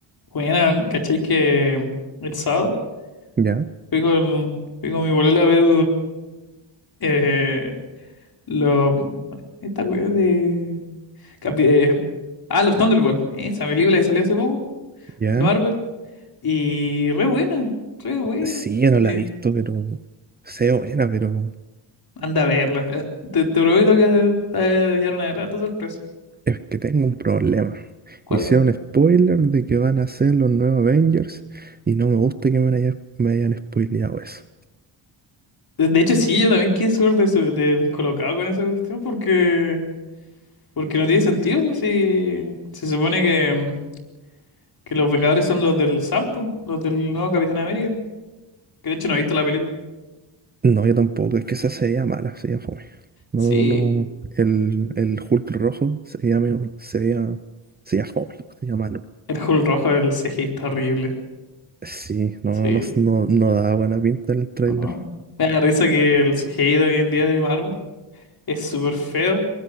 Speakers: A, on the left; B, on the right.
A: Bueno, ¿cachai que el sábado
B: Ya,
A: fui con, fui con mi bolola a ver eh, lo, esta weá de, capi- eh, Ah, los Thunderbolts, esa película que salió hace poco
B: ya.
A: de Marvel. Y re buena, re buena.
B: Sí, yo no la
A: Eh,
B: he visto, pero sé buena, pero
A: Anda a verla. eh, Te, te prometo que te va a llevar una grata sorpresa.
B: es que tengo un problema.
A: ¿Cuál?
B: Hicieron spoiler de que van a ser los nuevos Avengers y no me gusta que me haya- me hayan spoileado eso.
A: De de hecho, sí, yo también quedé súper desu- de- descolocado con esa cuestión porque, porque no tiene sentido. pues, si si se supone que. Que los Vengadores son los del Sampo, los del nuevo Capitán América. Que de hecho no he visto la película.
B: No, yo tampoco, es que esa sería mala, sería fome. No,
A: Sí,
B: no, el, el Hulk rojo sería, medio- sería, sería fome, sería malo.
A: el Hulk rojo del CGI está horrible.
B: Sí, no,
A: Sí.
B: no, no, no no daba buena pinta en el tráiler.
A: no. Me da risa que el CGI de hoy en día de Marvel es súper feo.